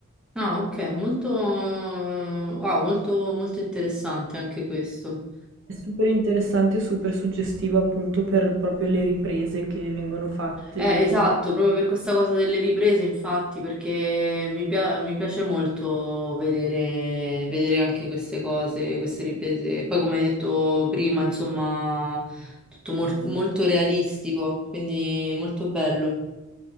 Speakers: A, in the centre; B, on the right.
A: Ah, ok, molto, wow, molto, molto interessante anche questo.
B: È super interessante e super suggestiva appunto per proprio le riprese che vengono fatte.
A: Eh, esatto, proprio per questa cosa delle riprese, infatti, perché mi, pia- mi piace molto vedere, vedere anche queste cose, queste riprese. E poi, come hai detto prima, insomma, tutto mor- molto realistico, quindi molto bello.